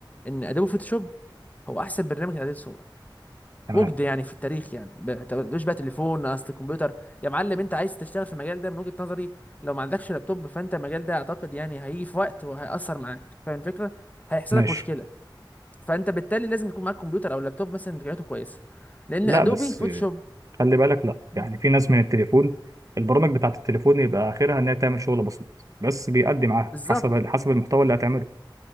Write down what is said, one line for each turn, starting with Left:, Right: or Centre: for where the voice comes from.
Left: ان ادوبي فوتوشوب هو احسن برنامج لتعديل الصور
Right: تمام
Left: وجد يعني في التاريخ يعني ما تقولوش بقى تليفون اصل الكمبيوتر يا معلم انت عايز تشتغل في المجال ده من وجهه نظري لو ما عندكش لابتوب فانت المجال ده اعتقد يعني هيجي في وقت وهيأثر معاك فاهم الفكره هيحصل
Right: ماشي
Left: لك مشكله فانت بالتالي لازم يكون معاك كمبيوتر او لابتوب مثلا امكانياته كويسه لان
Right: لا
Left: ادوبي
Right: بس
Left: فوتوشوب
Right: آه، خلي بالك لا
Left: مم.
Right: يعني في ناس من التليفون البرامج بتاعة التليفون يبقى آخرها إنها تعمل شغل بسيط بس بيأدي معاها
Left: بالظبط
Right: حسب حسب المحتوى اللي هتعمله